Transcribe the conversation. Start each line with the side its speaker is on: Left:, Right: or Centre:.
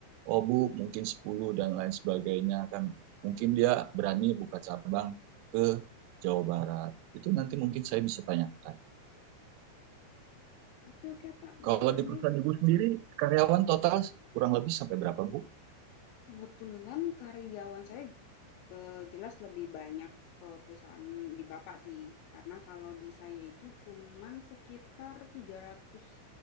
Right: Oh bu, mungkin 10 dan lain sebagainya kan. Mungkin dia berani buka cabang ke Jawa Barat. Itu nanti mungkin saya bisa tanyakan.
Left: Oke oke Pak,
Right: Kalau
Left: boleh
Right: di perusahaan
Left: deh.
Right: ibu sendiri, karyawan total kurang lebih sampai berapa bu?
Left: Kebetulan karyawan saya Eee, jelas lebih banyak, eee, perusahaan di bapak sih, karena kalau di saya itu cuman sekitar 300,